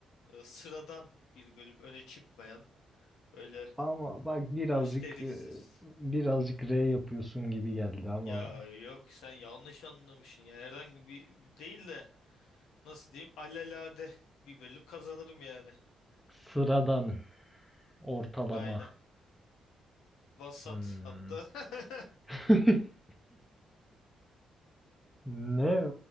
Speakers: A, on the left; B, in the centre.
A: e, sıradan bir bölüm öne çıkmayan öyle
B: Ama bak birazcık
A: gösterişsiz.
B: e, birazcık R yapıyorsun gibi geldi ama
A: Ya yok sen yanlış anlamışsın ya. Herhangi bir değil de nasıl diyeyim alelade bir bölüm kazanırım yani.
B: sıradan ortalama.
A: Aynen. Vasat
B: Hmm.
A: hatta. <laughs>
B: <laughs> Ne